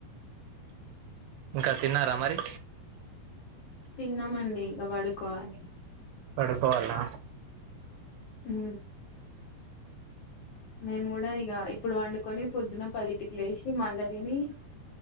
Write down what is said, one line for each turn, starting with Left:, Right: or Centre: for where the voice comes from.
Right: ఇంకా తిన్నారా మరి
Left: తిన్నామండి ఇక పడుకోవాలి
Right: పడుకోవాల్న
Left: మ్ నేను కూడా ఇక ఇప్పుడు వండుకొని పొద్దున పదింటికి లేసి మళ్ళా తిని